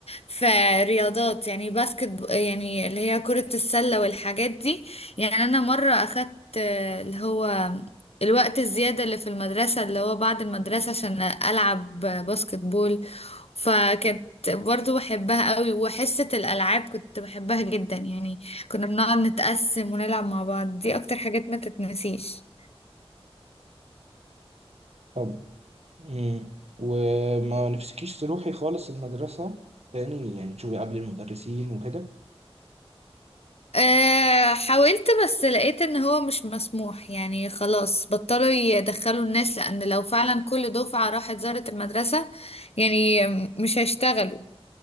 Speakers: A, on the left; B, on the right.
A: في رياضات يعني باسكت ب- يعني اللي هي كره السله والحاجات دي يعني انا مره اخدت آه، اللي هو الوقت الزياده اللي في المدرسه اللي هو بعد المدرسه عشان العب باسكت بول فكانت برضو بحبها قوي وحصه الالعاب كنت بحبها جدا يعني كنا بنقعد نتقسم ونلعب مع بعض دي اكتر حاجات ما تتنسيش
B: طب مم. وما نفسكيش تروحي خالص المدرسة تاني يعني تشوفي قبل المدرسين وكده
A: أه حاولت بس لقيت ان هو مش مسموح يعني خلاص بطلوا يدخلوا الناس لان لو فعلا كل دفعة راحت زارت المدرسة يعني مش هيشتغلوا